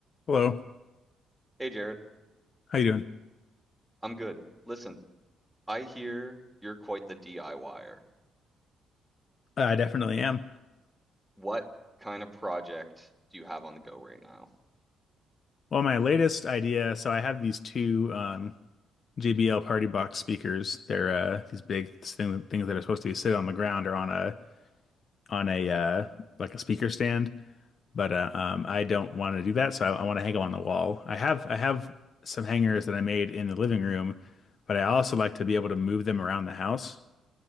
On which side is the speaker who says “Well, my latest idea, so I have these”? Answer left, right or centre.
Left